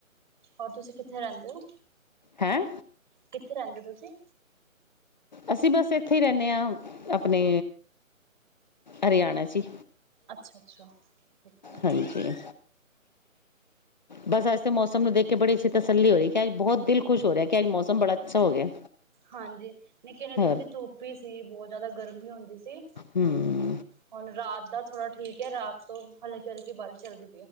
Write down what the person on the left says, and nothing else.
ਹੈਂ
ਅਸੀਂ ਬਸ ਇੱਥੇ ਹੀ ਰਹਿੰਣੇ ਹਾਂ ਆਪਣੇ ਹਰਿਆਣਾ ਚੀ
ਹਾਂਜੀ ਬਸ ਅੱਜ ਮੌਸਮ ਨੂੰ ਦੇਖ ਬੜੀ ਅੱਛੀ ਤਸੱਲੀ ਹੋ ਰਹੀ ਕਿ ਅਜ ਬਹੁਤ ਦਿਲ ਖੁਸ਼ ਹੋ ਰਿਹਾ ਕਿ ਅਜ ਮੌਸਮ ਬੜਾ ਅੱਛਾ ਹੋ ਗਿਆ।
ਹੋਰ
ਹੂੰ